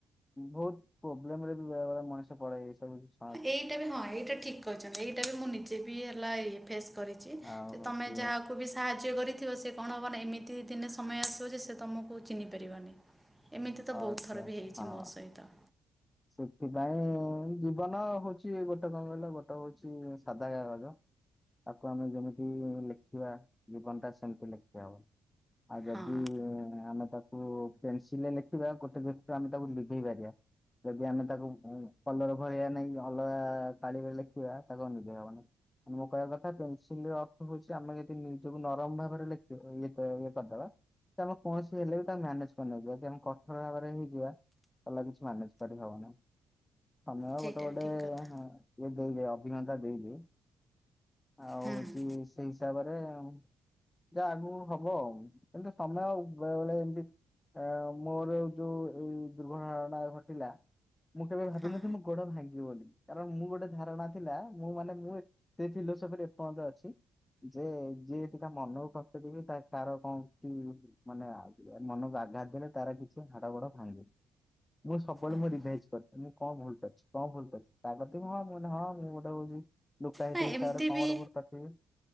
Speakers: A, on the left; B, in the centre.
A: ବହୁତ ପ୍ରୋବ୍ଲେମରେ ବି ବେଳେ ବଳେ ମଣିଷ ପଡେ ଏ ସବୁ କିଛି।
B: ଏଇଟା ବି ହଁ ଏଇଟା ଠିକ୍ କହିଛନ୍ତି ଏଇଟା ବି ମୁଁ ନିଜେ ବି ହେଲା ଇଏ ଫେସ୍ କରିଛି‌।
A: ଆଉ
B: ଯେ
A: ହଉଛି
B: ତମେ ଯାହାକୁ ବି ସାହାଯ୍ୟ କରି ଥିବ ସେ କ'ଣ ହବ ନା ଏମିତି ଦିନେ ସମୟ ଆସିବ ଯେ ସେ ତମକୁ ଚିହ୍ନି ପାରିବନି ଏମିତି ତ
A: ଅବଶ୍ୟ
B: ବହୁତ ଥର ବି ହେଇଛି
A: ହଁ।
B: ମୋ ସହିତ
A: ସେଥିପାଇଁ ଜୀବନ ହଉଛି ଗୋଟେ କ'ଣ କହିଲ ଗୋଟେ ହଉଛି ସାଧା କାଗଜ ତାକୁ ଆମେ ଯେମିତି ଲେଖିବା ଜୀବନ ଟା ସେମତି ଲେଖିବା ହବ ଆଉ ଯଦି
B: ହଁ
A: ଆମେ ତାକୁ ପେନସିଲରେ ଲେଖିବା ଗୋଟେ ଦରୁ ଆମେ ତାକୁ ଲିଭେଇ ପାରିବା ଯଦି ଆମେ ତାକୁ କଲର ଭଳିଆ ନାଇଁ ଅଲଗା ତାଳିରେ ଲେଖିବା ତାକୁ ଆଉ ନିଭେଇ ହବନ। ମୋ କହିବା କଥା ପେନସିଲ ଅର୍ଥ ହଉଛି ଆମେ ଯି ନିଜକୁ ନରମ ଭାବରେ ଲେଖ ଇଏ ଇଏ କରିଦେବା। ଆମେ କୌଣସି ହେଲେ ବି ତାକୁେ ମାନେଜ କରିନେଇଯିବା ଆମେ କଠୋର ଭାବରେ ହେଇଯିବା ତାହେଲେ କିଛି ମ୍ୟାନେଜ। କରି ହବ ନା ସମୟ
B: ସେଇଟା
A: ଗୋଟେ ଗୋଟେ
B: ବି ଠିକ୍
A: ଇଏ
B: କଥା
A: ଦେଇଦ ଅଭିଜ୍ଞତା ଦେଇଦିଏ। ଆଉ
B: ହୁଁ
A: ହଉଛି ସେଇ ହିସାବରେ ଆ ଯାହା ଆଗକୁ ହବ ଆଉ ଏମୁ ସମୟ ଆଉ ବେଳେ ବେଳେ ଏମତି ଆ ମୋର ଯୋଉ ଏଇ ଦୁର୍ଘଟଣାା ଘଟିଲା ମୁଁ କେବେ ଭାବିନଥିଲି
B: ହଁ
A: ମୋ ଗୋଡ ଭାଙ୍ଗିବି ବୋଲି କାରଣ ମୁଁ ଗୋଟେ ଧାରଣା ଥିଲା ମୁଁ ମାନେ ମୁଁ ସେ ଫିଲୋସଫିରେ ଏପର୍ଯ୍ୟନ୍ତ ଅଛି। ଯେ ଯିଏ ଟିକ ମନକୁ କଷ୍ଟ ତା ତାର କଣ କି ମାନେ ମନକୁ ଆଘାତ ଦେଲେ ତାର କିଛି ହାଡ ଗୋଡ ଭାଙ୍ଗେ ମୁଁ ସବୁବେଳେ
B: ଓହୋ
A: ମୁଁ ରିଭାଇଜ କରି ମୁଁ କଣ ଭଲଛି କଣ ଭଲଛି ତା କଥା ହଁ ହଁ ମୁଁ ଗୋଟେ ହଉଛି। ଲୁୋକାତ
B: ନା
A: ହିସାବରେ
B: ଏମିତି
A: କ'ଣ
B: ବି
A: ଗୋଟେ ଭୁଲ୍ କରିଥିବି।